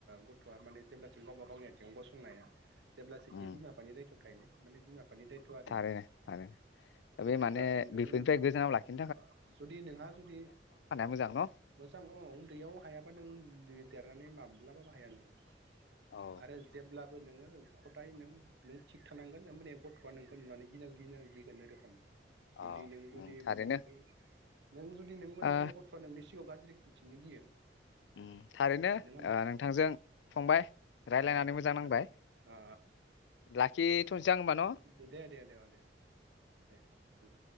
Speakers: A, on the right; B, on the left.
A: गथ'आ माने जेब्लासिम गावबा गावनि आथिंआव गसंनाया जेब्लासो
B: उम
A: बिमा बिफानि दायथ'आव थायो। माने बिमा <unintelligible> आरि
B: थारैनो थारैनो बे
A: जेब्लासो
B: माने
A: नों
B: बेफोरनिफ्राय गोजानाव लाखि
A: <unintelligible> जुदि नोंहा जुदि
B: मोजां न'?
A: मोजां औ उन्दैयाव हायाबा नों देरनानै <unintelligible> माब्लाबा बाहाया नो <unintelligible>
B: औ
A: आरो जेब्लाबो नोङो <unintelligible> गथाय नों नों थिग थानांगोन होमबानि गथ'आ नोंखौ नुनानै गि -गिनां गिगोन रोखम <unintelligible> जुदि
B: औ
A: नों जुदि
B: उम थारैनो
A: माने <unintelligible> नों जुदि नों मोजांबा
B: ओ
A: गथ'आ नोंनि सिगाङाव गाज्रि खिन्थिनो गियो।
B: ओम थारैनो
A: नङा होमबा
B: ओ नोंथांजों फंबाय रायज्लायनानै
A: अ दे
B: मोजां नांबाय
A: आदा
B: <unintelligible>
A: अ
B: <unintelligible> न'
A: दे दे दे अ दे दे ओम।